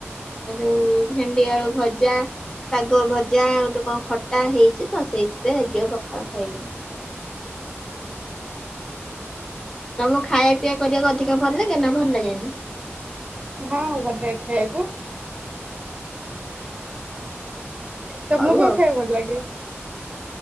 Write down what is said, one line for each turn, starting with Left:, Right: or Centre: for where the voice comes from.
Left: ଯୋଉ ଭେଣ୍ଡି ଆଳୁ ଭଜା ଶାଗ ଭଜା ଗୋଟେ କଣ ଖଟା ହେଇଛି ତ ସେଇଥିପାଇଁ ଆଜିି ଆଉ ପଖାଳ ଖାଇବିନି। ତମକୁ ଖାଇବା ପିଇବା କରିବାକୁ ଅଧିକ ଭଲ ଲାଗେ ନା ଭଲ ଲାଗେନି?
Right: ହଁ ଭଲଲାଗେ ଖାଇବାକୁ। ତମକୁ
Left: ହଉ
Right: କଣ ଖାଇବା କୁ ଭଲ ଲାଗେ?